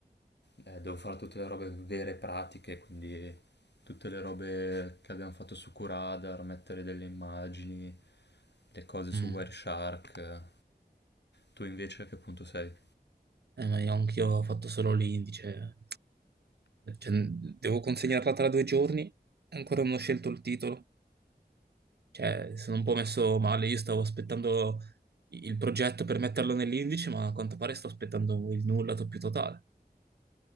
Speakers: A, on the left; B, on the right.
A: eh, devo fare tutte le robe vere e pratiche, quindi tutte le robe che abbiamo fatto su Curadar, mettere delle immagini, le cose
B: Mm.
A: su Wireshark. Tu invece a che punto sei?
B: Eh, ma io anch'io ho fatto solo l'indice. Cioè, devo consegnarla tra due giorni e ancora non ho scelto il titolo. Cioè, sono un po' messo male. Io stavo aspettando il progetto per metterlo nell'indice, ma a quanto pare sto aspettando il nulla più totale.